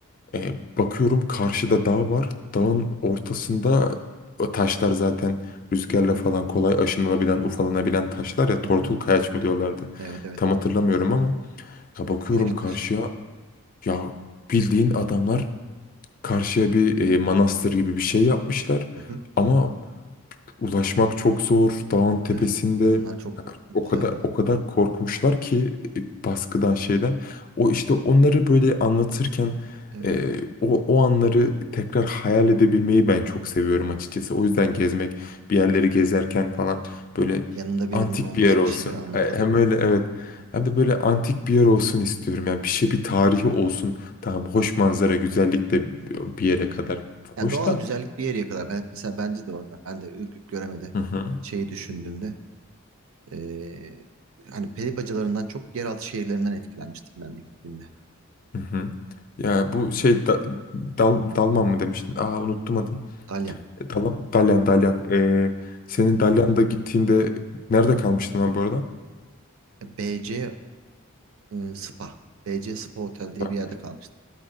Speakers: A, on the left; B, on the right.
A: E, bakıyorum karşıda dağ var. Dağın ortasında
B: Hı
A: o taşlar zaten rüzgarla
B: hı.
A: falan kolay aşınılabilen, ufalanabilen taşlar ya tortul
B: Hı hı.
A: kayaç mı diyorlardı.
B: Evet, evet.
A: Tam hatırlamıyorum ama ya bakıyorum
B: Kireç
A: karşıya
B: taşı.
A: ya bildiğin adamlar karşıya bir e, manastır gibi bir şey yapmışlar.
B: Hı hı.
A: Ama ulaşmak çok zor. Dağın tepesinde
B: Evet. Onlar çok güzel
A: o kadar
B: ya.
A: o kadar korkmuşlar ki e, baskıdan şeyden. O işte onları böyle anlatırken
B: Evet.
A: e, o o anları tekrar hayal edebilmeyi ben çok seviyorum açıkçası. O yüzden gezmek, bir yerleri gezerken falan böyle
B: Yanında birinin
A: antik
B: olması
A: bir yer olsun.
B: bir şeyleri anlatan.
A: E, Hem öyle evet.
B: Hı hı.
A: Hem de böyle antik bir yer olsun istiyorum. Yani bir şey bir tarihi
B: Evet.
A: olsun. Tamam hoş manzara, güzellik de
B: Hı hı.
A: bir yere kadar
B: Yani
A: hoş
B: doğal
A: da.
B: güzellik bir yere kadar. Ben, mesela bence de orada. Ben de Ürgüp Göreme'de
A: Hı hı.
B: şeyi düşündüğümde eee, hani peri bacalarından çok yeraltı şehirlerinden etkilenmiştim ben de gittiğimde.
A: Hı hı. Ya bu şey da, dal, dalman mı demiştin? Aa unuttum adını.
B: Dalyan.
A: Dalyan, Dalyan, Dalyan. Ee, senin Dalyan'da gittiğinde nerede kalmıştın lan bu arada?
B: E, BC e, Spa. BC Spa Otel diye
A: Bak,
B: bir yerde kalmıştım.